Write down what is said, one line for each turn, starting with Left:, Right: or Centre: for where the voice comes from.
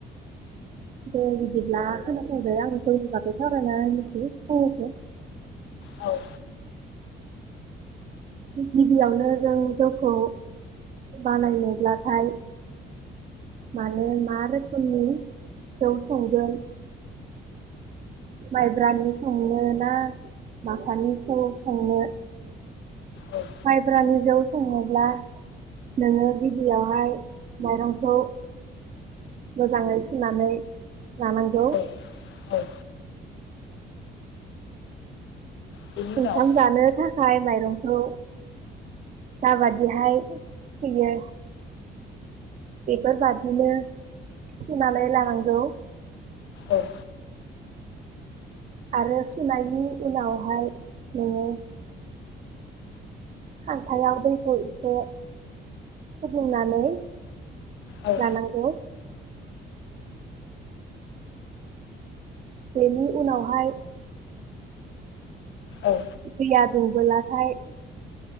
Right: दे बिदिब्ला खोनासंदो आं जौनि बागै सावरायना होनोसै फंनैसो।
Left: औ।
Right: गिबियावनो जों जौखौ बानायनोब्लाथाय माने मा रोखोमनि जौ संगोन। माइब्रानि संनो ना माब्रानि जौ संनो
Left: औ
Right: माइब्रानि जौ सङोब्ला नोङो गिबियावहाय माइरंखौ मोजाङै सुनानै लानांगौ।
Left: औ औ बेनि
Right: <unintelligible>
Left: उनाव
Right: जानो थाखाया आखाइ माइरंखौ जाबादिहाय सुयो बेफोरबादिनो सुनानै लानांगौ।
Left: औ।
Right: आरो सुनायनि उनावहाय नोङो। खान्थायाव दैखौ एसे फुदुंनानै
Left: औ
Right: लानांगौ। बेनि उनावहाय।
Left: औ।
Right: दैया दुंबोलाथाय।